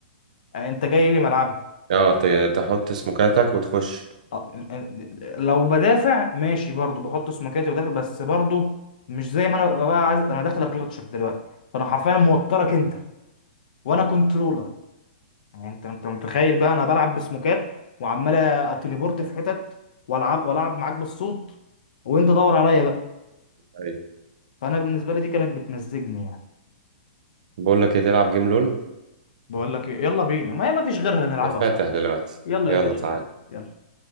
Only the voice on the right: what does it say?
اه ت- تحط سموكاتك وتخش
ايوه
بقول لك ايه تلعب جيم لول
انا فاتح
دلوقتي
يلا
تعالى